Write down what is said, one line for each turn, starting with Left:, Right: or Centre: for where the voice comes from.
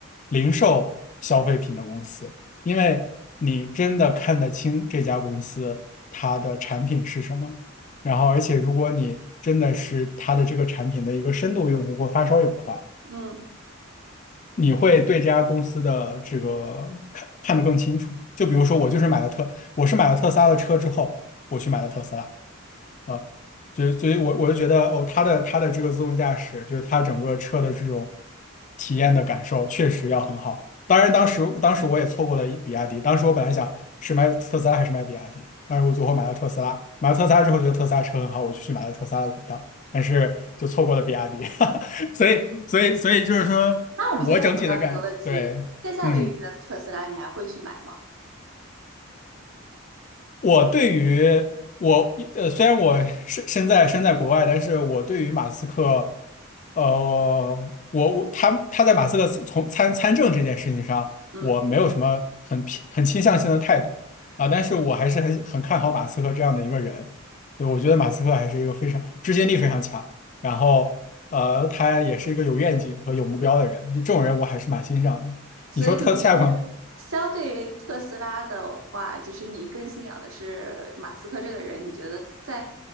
Left: 零售消费品的公司，因为你真的看得清这家公司它的产品是什么。然后，而且如果你真的是它的这个产品的一个深度用户或发烧友的话，
Right: 嗯，
Left: 你会对这家公司的这个看看得更清楚。就比如说，我就是买了特，我是买了特斯拉的车之后，我去买了特斯拉。啊，就所以我我就觉得哦，它的它的这个自动驾驶，就是它整个车的这种体验的感受，确实要很好。当然，当时当时我也错过了一比亚迪，当时我本来想是买特斯拉还是买比亚迪，但是我最后买了特斯拉。买了特斯拉之后，觉得特斯拉车很好，我就去买了特斯拉的股票，但是就错过了比亚迪。<laughs> 所以，所以，所以就是说我整体的感，
Right: 那我们现在又回到这个问题，
Left: 对，
Right: 现在为例的特斯拉，
Left: 嗯。
Right: 你还会去买吗？
Left: 我对于我呃，虽然我身身在身在国外，但是我对于马斯克，呃，我我他他在马斯克从参参政这件事情上，
Right: 嗯，
Left: 我没有什么很偏很倾向性的态度啊，但是我还是很很看好马斯克这样的一个人，对，我觉得马斯克还是一个非常执行力非常强，然后呃，他也是一个有愿景和有目标的人，这种人我还是蛮欣赏的。
Right: 所以你是相对于特斯拉的话，
Left: 你说特下一款，
Right: 就是你更信仰的是马斯克这个人，你觉得在